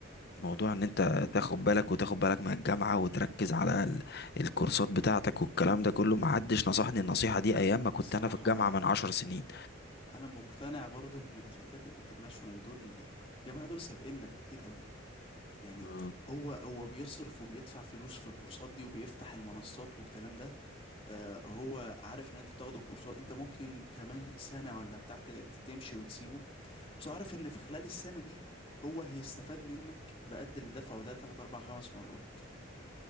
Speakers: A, on the left; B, on the left.
A: موضوع ان انت تاخد بالك وتاخد بالك من الجامعه وتركز على ال- الكورسات بتاعتك والكلام ده كله محدش نصحني النصيحه دي ايام ما كنت
B: وبصراحة
A: انا في الجامعه من عشر سنين
B: انا مقتنع برضو ان الشركات الانترناشونال دول الجماعة دول سابقنا بكتير قوي يعني
A: مم.
B: هو هو بيصرف وبيدفع فلوس في الكورسات دي وبيفتح المنصات والكلام ده آه هو عارف ان انت بتاخد الكورسات انت ممكن كمان سنة ولا بتاع ت- تمشي وتسيبه بس هو عارف ان في خلال السنة دي هو هيستفاد منك بقد اللي دفعه ده 3 4 5 مرات